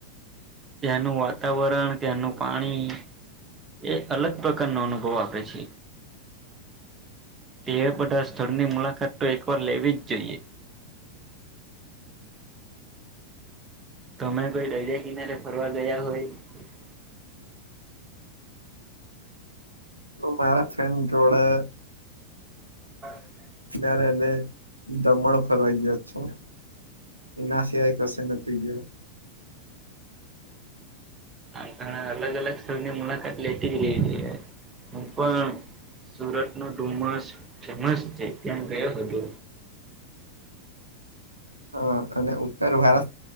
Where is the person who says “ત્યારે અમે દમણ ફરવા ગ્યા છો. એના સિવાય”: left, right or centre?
Right